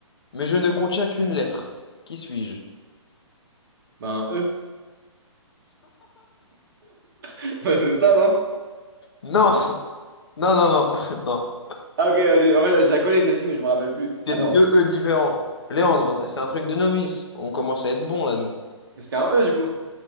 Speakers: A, on the left; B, on the right.
A: mais je ne contiens qu'une lettre. Qui suis-je?
B: Ben, E. <laughs> c'est ça, non?
A: Non! <laughs> Non, non, non, <laughs> non.
B: Ah, ok, vas-y. En fait, je la connais celle-ci, mais je me rappelle plus.
A: C'est
B: Attends.
A: deux E différents. Léandre, c'est un truc de novice. On commence à être bon là, nous.
B: Mais c'était un E du coup.